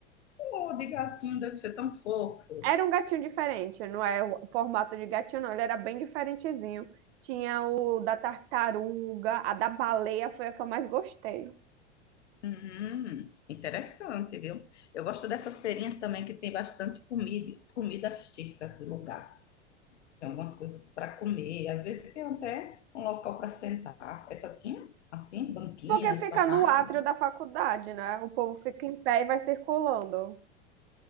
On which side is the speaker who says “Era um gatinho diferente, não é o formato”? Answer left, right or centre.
Right